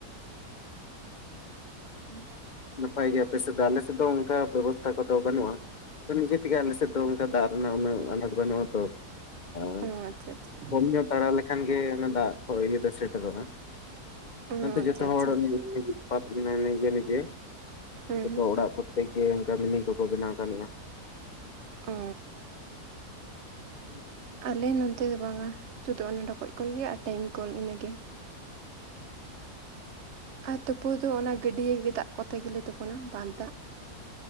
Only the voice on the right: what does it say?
ᱦᱩᱸ ᱾
ᱚᱻ ᱟᱪᱪᱷᱟ ᱟᱪᱪᱷᱟ ᱾
ᱚ
ᱟᱪᱪᱷᱟ
ᱟᱪᱪᱷᱟ
ᱦᱮᱸ
ᱦᱮᱸ ᱦᱮᱸ
ᱚᱻ
ᱟᱞᱮ ᱱᱚᱱᱛᱮ ᱫᱚ ᱵᱟᱝᱟ, ᱥᱩᱫᱩ ᱚᱱᱟ ᱰᱷᱚᱠᱚᱡ ᱠᱚᱞ ᱜᱮ ᱟᱨ ᱴᱟᱭᱤᱢ ᱠᱚᱞ ᱤᱱᱟᱹᱜᱮ ᱾ ᱟᱨ ᱛᱩᱯᱩ ᱫᱚ ᱚᱱᱟ ᱜᱟᱹᱰᱭᱟᱹᱜᱮ ᱫᱟᱜ ᱠᱚᱛᱮ ᱜᱮᱞᱮ ᱛᱩᱯᱩᱱᱟ ᱵᱟᱸᱫ ᱫᱟᱜ ᱾